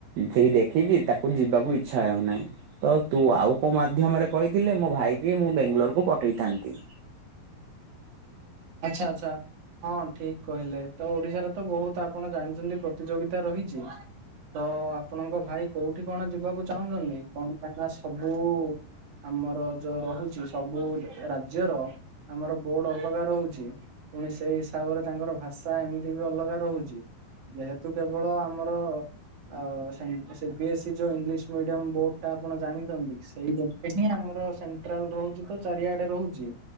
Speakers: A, on the right; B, on the right.
A: ସେଇ ଦେଖିକି ତାକୁ ଯିବାକୁ ଇଚ୍ଛା ହେଉନାହିଁ ତ ତୁ ଆଉ କୋଉ ମାଧ୍ୟମରେ କହିଥିଲେ ମୋ ଭାଇକି ମୁଁ ବେଙ୍ଗାଲୋରକୁୁ ପଠେଇଥାନ୍ତି।
B: ଆଚ୍ଛା ଆଚ୍ଛା ହଁ ଠିକ କହିଲେ ତ ଓଡିଶାରେ ତ ବହୁତ ଆପଣ ଜାଣିଛନ୍ତି ପ୍ରତିଯୋଗିତା ରହିଛି। ତ ଆପଣଙ୍କ ଭାଇ କୋଉଠି କଣ ଯିବାକୁ ଚାହୁଁଛନ୍ତି କଣ ପାଇ ନା ସବୁ ଆମର ଯୋଉ ରହୁଛି ସବୁ ରାଜ୍ୟ ର ଆମର ବୋର୍ଡ ଅଲଗା ରହୁଛି ପୁଣି ସେଇ ହିସାବରେ ତାଙ୍କର ଭାଷା ଏମିତି ବି ଅଲଗା ରହୁଛି। ଯେହେତୁ କେବଳ ଆମର ଆଉ ସେ ସି ବି ଏସି ଯୋଉ ଇଂଲିଶ ମିଡିୟମ ବୋର୍ଡ ଟା ଆପଣ ଜାଣିଛନ୍ତି ସେଇ ସେଇଟି ହଁ ଆମର ସେଣ୍ଟ୍ରାଲ ରହୁଛି ତ ଚାରିଆଡେ ରହୁଛି